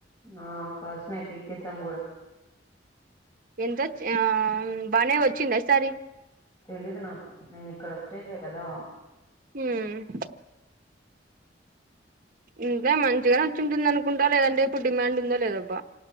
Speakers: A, on the left; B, on the right.
A: ఆ కాసున్నాయి పీకేేశం కూడా
B: ఎంత చి ఆ బానే వచ్చిందయిసారి
A: తెలీదు నాకు నేను ఇక్కడ వచ్చేసా కదా
B: హుమ్ ఇంే మంచిగానే వచ్చింటుంది అనుకుంటా లేదంటే ఇప్పుడు డిమాండ్ ఉందో లేదబ్బా